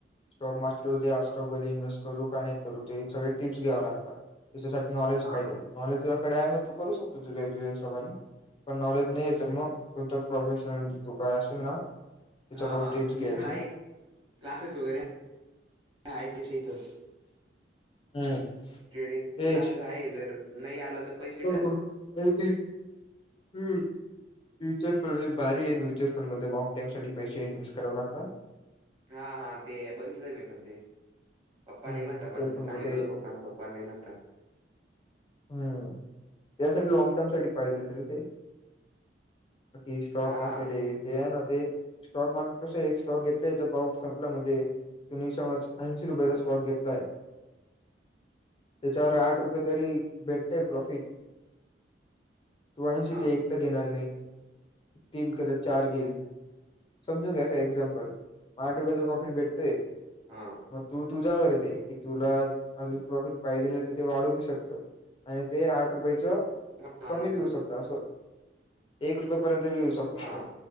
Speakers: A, on the left; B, on the right.
A: स्टॉक मारकेट.
B: हा
A: स्टॉक मध्ये इन्व्स्वेट करू का नाही करू ते सगळे टिप्स घ्यावं लागता,, त्याच्यासाठी नॉलेज
B: हा
A: पाहिजे. नॉलेज तुझ्याकडे आहे मग तू करू शकतो तुझ्या हिशोबाने. पण नॉलेज नाही आहे तर मग, कोणत प्रोफेशनल तू काय असेल ना., त्याच्याकडून
B: हा हा,
A: टिप्स घ्यायची
B: इथे हाय, क्लासेस वगैरे हाय त्याच्या इथं.
A: हम्म.
B: ट्रेडिंग
A: तेच
B: क्लासेस आहे जर, नाही आलं तर. पैसे रिटर्न
A: हो अ हम्म. म्युच्यअल फंड भारी आहे, म्युचुअल फंडमध्ये लँग टर्म साठी पैसे इ्नवेस्ट करावे लागतात.
B: हा हा, ते बघितलंय मी पण ते, पप्पा
A: हं.
B: नाही
A: म्युच्युअल
B: म्हणता पण मी
A: फंडमध्ये
B: सांगितल तो पप्पा ना प्. पण नाही म्हणता.
A: हम्म, त्यासाठी लाँग टर्म साठी पाहिजेल होतं ना ते. ते स्टॉक
B: हा
A: मारकेट आहे, ते आहे ना ते स्टॉक मार्केट कसं एक स्टॉक घेतला याचा पाऊ संपला म्हणजे,, तु् ने समज ऐंशी रुपयांचा
B: हा
A: स्टॉक घेतलाय. त्याच्यावर आठ रुपये तरी भेटते प्रॉफिट. तू ऐंशी
B: हां,
A: ते एक तर घेणार नाही, तीन कदात चार घेईल. समजू घ्याच एक्झाम्पल, म
B: हां,
A: आठ रुपयाचा प्रॉफिट भेटतय.
B: हां,
A: मग तू तुझ्यावर ये ते,, तुला अजून प्रॉफिट पाहिजेलं तर ते वाढू बी शकतं. आणि ते आठ रुपयाचं
B: हां,
A: कमी
B: आणि
A: बिऊ शकतं असं, एक रुपय पर्यंत बी येऊ शकतं.
B: हां,